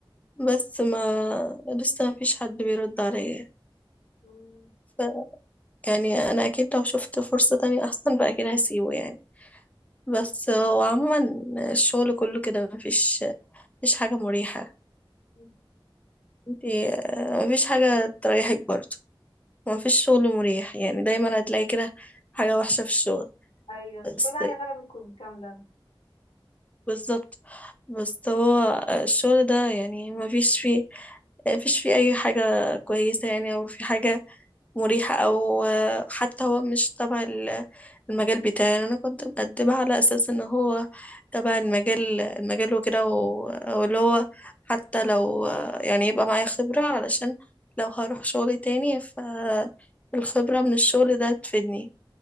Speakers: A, on the left (about 15°); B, on the left (about 80°).
A: بس ما لسه مفيش حد بيرد عليا
B: مم،
A: ف- يعني انا اكيد لو شفت فرصة تانية احسن فاكيد هسيبه يعني بس هو عموما الشغل كله كده مفيش مفيش حاجة مريحة
B: مم.
A: انتي آه، مفيش حاجة تريحك برضه مفيش شغل مريح يعني دايما هتلاقي كده حاجة وحشة في الشغل
B: أيوة مش
A: بس
B: كل حاجة فعلا بتكون كاملة
A: بالظبط بس هو الشغل ده يعني مفيش فيه مفيش فيه أي حاجة كويسة يعني أو في حاجة مريحة أو آه، حتى هو مش تبع ال- المجال بتاعي يعني أنا كنت مقدمة على أساس إن هو تبع المجال المجال وكده و- واللي هو حتى لو آه، يعني يبقى معايا خبرة علشان لو هروح شغل تاني فالخبرة من الشغل ده تفيدني